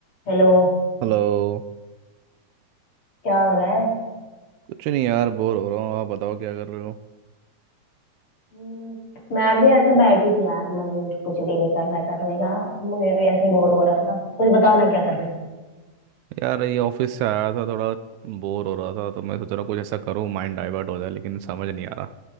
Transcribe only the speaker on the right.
हेलो
कुछ नहीं यार बोर हो रहा हूँ आप बताओ क्या कर रहे हो
यार ये ऑफिस से आया था थोड़ा बोर हो रहा था तो मैं सोच रहा हूँ कुछ ऐसा करूँ माइंड डाइवर्ट हो जाए लेकिन समझ नहीं आ रहा